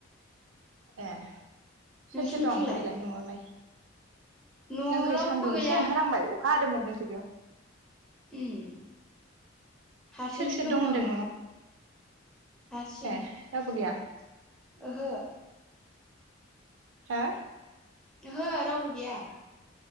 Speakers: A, on the right; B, in the centre.
A: ए सोर
B: नोंसिनिथिंलाय
A: सोर दं ओमफायलाय न'आवलाय
B: न'आव
A: जोंखै
B: रावबो
A: सान्दुं
B: गैया
A: एसे ओंखारहांबाय अखा हादोंमोन जोंखैबो
B: उम हारसिंसो
A: सोर सोर
B: दङ
A: दं होनदों
B: आं न'आव हारसिं
A: ए रावबो गैया
B: ओहो
A: हा
B: ओहो रावबो गैया